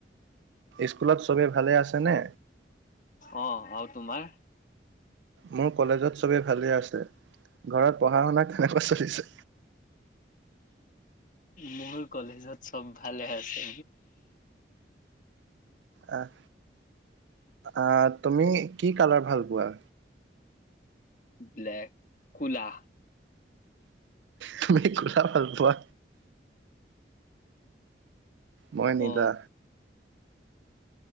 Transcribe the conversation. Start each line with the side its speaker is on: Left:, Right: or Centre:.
Right: স্কুলত চবে ভালে আছে নে?
Left: অ', আৰু তোমাৰ?
Right: মোৰ কলেজত চবে ভালে আছে, ঘৰত পঢ়া শুনা কেনেকুৱা চলিছে?
Left: মই কলেজত চব ভালে আছে।
Right: আহ, আহ তুমি কি কালাৰ ভাল পোৱা?
Left: ব্লেক, ক'লা।
Right: তুমি ক'লা ভাল পোৱা? মই নীলা।
Left: অ